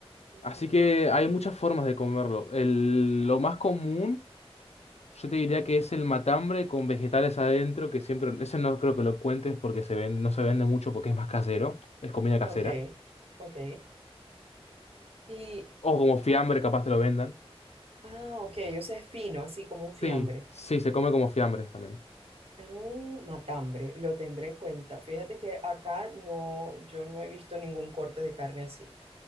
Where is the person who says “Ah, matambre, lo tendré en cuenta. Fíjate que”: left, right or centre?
Right